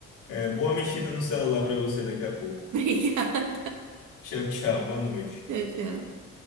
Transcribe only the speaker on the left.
É, boa mexida no celular pra você daqui a pouco.
Tchau, tchau. Boa noite.